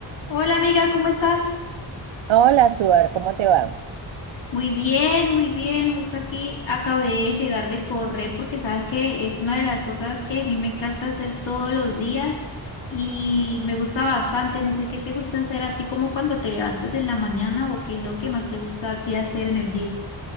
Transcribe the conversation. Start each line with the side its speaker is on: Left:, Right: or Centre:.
Left: Hola amiga, ¿cómo estás?
Right: Hola, Suar, ¿cómo te va?
Left: Muy bien, muy bien. Justo aquí acabé de llegar de correr porque sabes que es una de las cosas que a mí me encanta hacer todos los días y me gusta bastante. No sé qué te gusta hacer a ti como cuando te levantas en la mañana o qué es lo que más te gusta a ti hacer en el día.